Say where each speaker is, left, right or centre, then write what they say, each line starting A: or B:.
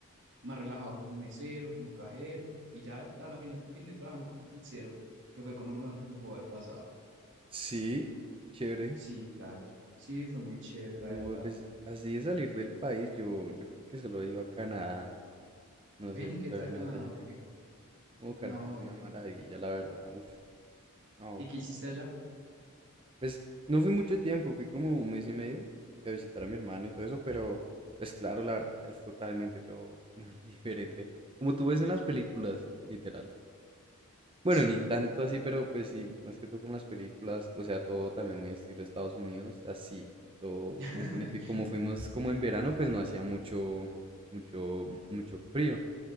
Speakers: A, on the right; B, on the right.
A: más relajado como mesero, como cajero, y ya a la final terminé trabajando como pizzero, que fue como lo mejor que me pudo haber pasado.
B: Sí, qué chévere.
A: Sí, claro, sí, fue muy chévere, la
B: No,
A: verdad.
B: pues así de salir del país, yo, yo creo que solo he ido a Canadá. No
A: Ven,
B: sé si
A: ¿y qué
B: tú
A: tal
B: alguna
A: Canadá?
B: vez hayas
A: Ok,
B: ido. Oh, Canadá
A: no,
B: es una
A: yo no.
B: maravilla, la verdad. Uf. No,
A: ¿Y qué hiciste allá?
B: pues no fui mucho tiempo, fui como un mes y medio fui a visitar a mi hermano y todo eso, pero pues claro, la verdad ya es totalmente todo muy <laughs> diferente. Como tú ves en las películas, literal. Bueno,
A: Sí,
B: ni tanto así, pero pues sí, más que todo como las películas, o sea, todo también muy estilo Estados Unidos, así, todo
A: <laughs>
B: muy bonito. Y como fuimos
A: sí,
B: como en verano, pues no hacía mucho, mucho, mucho frío.